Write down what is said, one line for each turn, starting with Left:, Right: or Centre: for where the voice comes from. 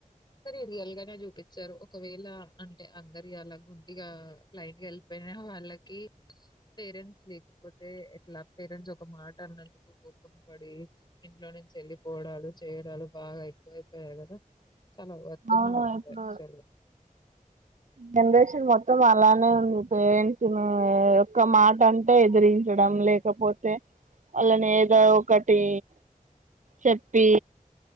Left: ర రియల్ గనే చూపించారు ఒకవేళ అంటే అందరి అలా గుడ్డి గా లైన్ గా వెళ్ వెళ్లిన వాళ్ళకి <inaudible> పేరెంట్స్ లేకపోతే ఎట్లా పేరెంట్స్ ఒక మాట ట అన్నందుకు కోపం పడి ఇంట్లో నుంచి వెళ్లిపోడాలు చేయడాలు బాగా ఎక్కువ అయిపోయాయి కదా చాల వత్తున్నా
Right: అవును ఇప్పుడు
Left: చల్
Right: జనరేషన్ మొత్తం అలానే ఉంది పేరెంట్స్ ని ఒక్క మాట అంటే ఎదిరించడం లేకపోతే వాళ్ళని ఏదో ఒకటి చెప్పి